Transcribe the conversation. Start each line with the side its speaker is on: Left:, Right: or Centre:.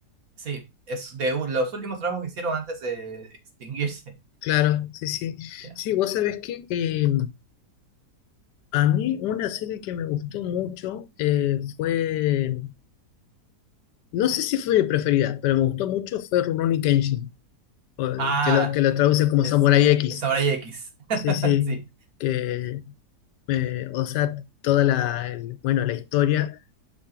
Right: Sí, es de u- los últimos trabajos que hicieron antes de extinguirse.
Left: claro, sí, sí.
Right: <laughs> Ya.
Left: Sí, vos sabés que eh, a mí una serie que me gustó mucho eh, fue, no sé si fue mi preferida, pero me gustó mucho fue Rurouni Kenshin, o-
Right: Ah,
Left: que lo, que lo traduce como
Right: es
Left: Samurai
Right: es
Left: X.
Right: Samurai X. <laughs>
Left: Sí, sí,
Right: Sí,
Left: que, eh, o sea, toda la, el- bueno, la historia.